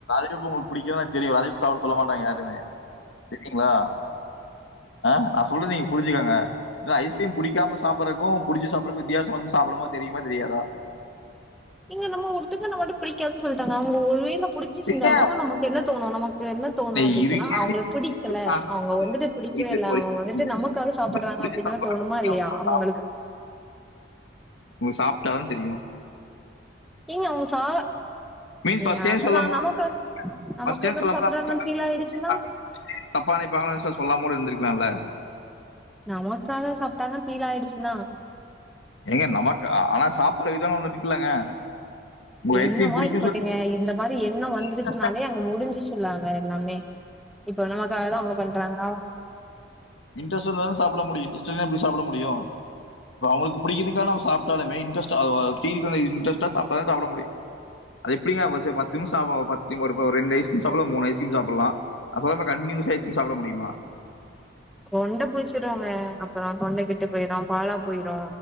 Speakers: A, on the left; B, in the centre.
A: டியப்போ உங்களுக்கு பிடிக்குன் எனக் தெரியு அதையு சாப்ட சொல்ல மாட்டாங்க யாருமே சரிங்களா அ நா சொல்றத நீங்க புரிஞ்சுக்கங்க ஏனா ஐஸ்கிரீம் புடிக்காம சாப்படறக்கு புடிச்சு சாப்பறக்கு வித்தியாசம் வந்து சாப்புடும் போது தெரியுமா தெரியாதா
B: ஏங்க நம்ம ஒருத்தக்குனா மட்டு பிடிக்காதுன்னு சொல்லிட்டாங்க அவங்க ஒருவேல புடிச்சி செஞ்சாலு
A: ஏன்
B: நமக்கு என்ன தோணு நமக்கு என்ன தோணு
A: நீ
B: அப்டின்
A: இருங்க
B: சொன்னா அவங்கள புடிக்கல
A: நான் சாப்பாடு
B: அவங்க வந்துட்டு புடிக்
A: புரியல
B: கவே இல்ல
A: இப்போ வரைக்கும்.
B: அவங்க வந்துட்டு நமக்காக சாப்புடுறாங்க
A: புடிச்ச
B: அப்டின்தான
A: சாப்பாடு
B: தோணுமா
A: முக்கியம்.
B: இல்லையா
A: சாப்பாடு
B: அவங்களுக்கு
A: உங்களுக் சாப்ட்டாதா தெரியு
B: ஏங்க அவங்க சா
A: மீன்ஸ்
B: நீங்க
A: ஃபர்ஸ்ட் டைம்
B: அததா
A: சொல்லும்போது
B: நமக்காக நமக்காக
A: ஃபர்ஸ்ட் டைம் சொல்லும்போது
B: சாப்புடறாங்கன்னு
A: அவங்க
B: ஃபீல் ஆயிடுச்சுன்னா
A: சாப்பிட்டா தப்பா நெனைப்பாங்களன் சொ சொல்லாம கூட இருந்துருக்கலால்ல
B: நமக்காக சாப்ட்டாங்கன்னு ஃபீல் ஆயிடுச்சுன்னா
A: ஏங்க நமக் அ ஆனா சாப்புட்ற விதோனு ஒன்னு இருக்குல்லங்க உங்களுக்கு
B: என்னவா
A: ஐஸ்கிரீம் பிடிக்கும்
B: இருக்கட்டுங்க
A: சொல்லி
B: இந்த மாரி எண்ணோ வந்துடுச்சுனாலே
A: இன்ட்ரெஸ்டா
B: அங்க முடிஞ்சுச்சுலங்க எல்லாமே இப்போ நமக்காகதா அவங்க பண்றாங்களா
A: இன்ட்ரஸ்டா இருந்தா தானே சாப்ட முடியு இன்ட்ரஸ்ட்டு இல்லன்னா எப்டி சாப்ட முடியு இப்ப அவங்களுக் பிடிக்கறதுக்காக நாம சாப்டாலுமே இன்ட்ரஸ்ட் அ ஃபீல் இன்ட்ரஸ்டா சாப்டாதா சாப்ட முடியு அது எப்டிங்க ஒ செ பத்து நிமிஷ் சாப்வாகோ பத் ஒரு ப ஒ ரெண்டு ஐஸ்கிரீம் சாப்புலா மூனு ஐஸ்கிரீம் சாப்புலா அப்பறமா கண்டினியூஸா ஐஸ்கிரீம் சாப்ட முடிமா
B: தொண்ட புடிச்சிருங்க அப்பறோ தொண்ட கெட்டு போயிரு பாலா போயிரு